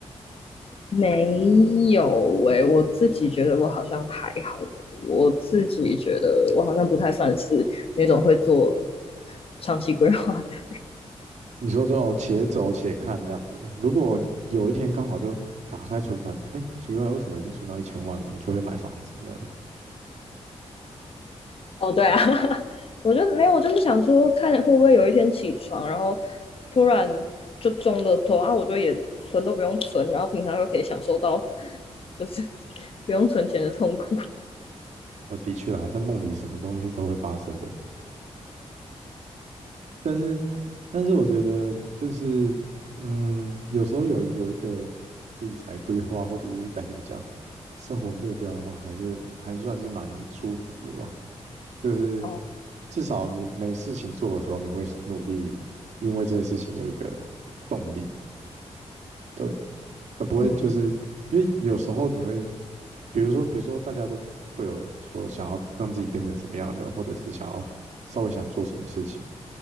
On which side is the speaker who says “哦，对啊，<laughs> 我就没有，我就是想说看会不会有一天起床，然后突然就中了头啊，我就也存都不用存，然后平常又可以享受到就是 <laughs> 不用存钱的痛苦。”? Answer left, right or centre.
Left